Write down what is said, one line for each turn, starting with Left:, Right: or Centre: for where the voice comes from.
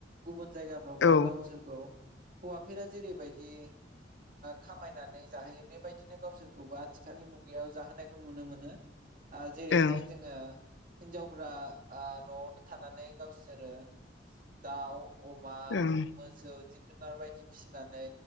Right: गुबुन। जायगाफ्रावबो
Left: औ
Right: गावसोरखौ। हौवाफोरा जेरैबायदि खामायनानै जाहोयो बेबायदिनो गावसोरखौबो आथिखालनि मुगायाव। जाहोनायखौ नुनो मोनो। जेरैहाय
Left: ओं
Right: जोङो। हिनजावफ्रा न'आवनो थानानै गावसोरो दाउ। अमा
Left: ओं
Right: मोसौ। जुनार बायदि फिसिनानै